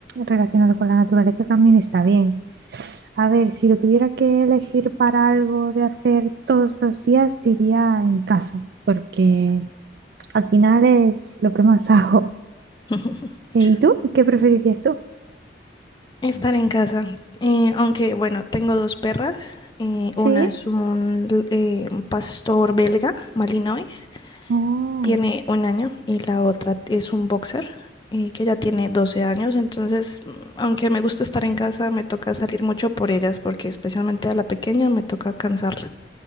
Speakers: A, on the right; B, on the left.
A: relacionado con la naturaleza también está bien. A ver, si lo tuviera que elegir para algo de hacer todos los días, diría en casa, porque al final es lo que más <laughs> hago.
B: <laughs>
A: Eh, ¿Y tú? ¿Qué preferirías tú?
B: Estar en casa. eh, aunque, bueno, tengo dos perras. eh,
A: Sí.
B: una es un, l- eh, un pastor belga, Malinois,
A: Oh,
B: tiene un año, y la otra es un boxer, eh, que ya tiene 12 años. Entonces, mm, aunque me gusta estar en casa, me toca salir mucho por ellas, porque especialmente a la pequeña me toca cansarla.